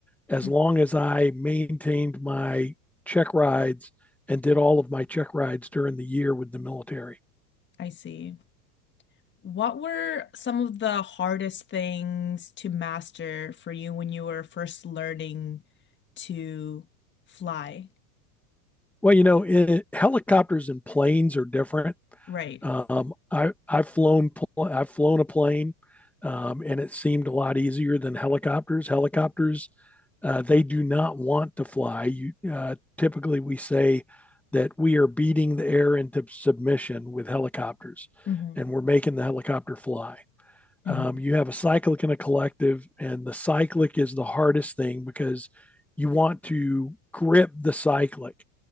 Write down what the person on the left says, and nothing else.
Mhm.
I see. What were some of the hardest things to master for you when you were first learning to fly?
Right.
Mm-hmm.
hmm